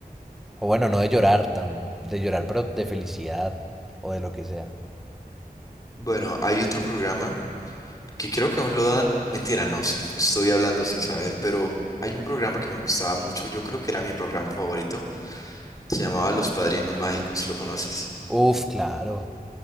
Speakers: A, in the centre; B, on the left.
A: O bueno, no de llorar, tan, de llorar, pero de felicidad o de lo que sea.
B: Bueno, hay otro programa que creo que aún lo dan, mentira, no, sí, estoy hablando sin saber, pero hay un programa que me gustaba mucho, yo creo que era mi programa favorito, se llamaba Los Padrinos Mágicos, ¿lo conoces?
A: Uf, claro,